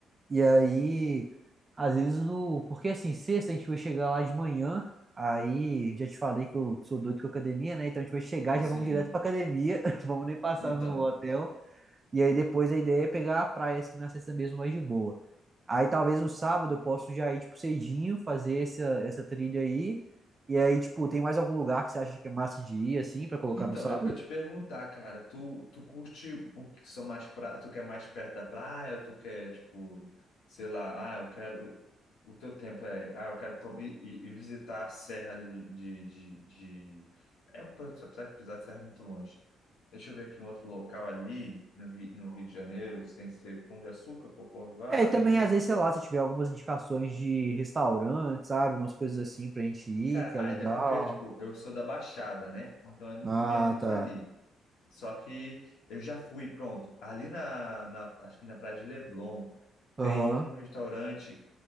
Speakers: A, on the right; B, on the left.
A: E aí, às vezes no. Porque assim, sexta a gente vai chegar lá de manhã, aí já te falei que eu sou doido com academia, né? Então a gente vai chegar,
B: Assim,
A: já vamos direto pra academia, <laughs> vamos nem passar
B: então,
A: no hotel. E aí depois a ideia é pegar a praia assim na sexta mesmo mais de boa. Aí talvez no sábado eu posso já ir tipo cedinho, fazer essa, essa trilha aí. E aí, tipo, tem mais algum lugar que você acha que é massa de ir assim pra colocar
B: então,
A: no sábado?
B: é o que eu ia te perguntar, cara, tu, tu curte o que são mais pra, tu quer mais perto da praia, ou tu quer, tipo, sei lá, ah, eu quero. O teu tempo é, ah, eu quero to- e, e- e visitar a serra ali de, de, de... É, pô, só precisa que pisar de serra é muito longe. Deixa eu ver aqui um outro local ali no Rio, no Rio de Janeiro, sem ser Pão de Açúcar, Corcovado.
A: É, e também às vezes, sei lá, se tiver algumas indicações de restaurante, sabe? Umas coisas assim pra gente ir,
B: Cara,
A: que é
B: aí
A: legal.
B: é porque, tipo, eu sou da Baixada, né? Então eu não
A: Ah,
B: comia muito
A: tá.
B: ali. Só que eu já fui, pronto. Ali na, na acho que na Praia de Leblon,
A: Aham.
B: tem um restaurante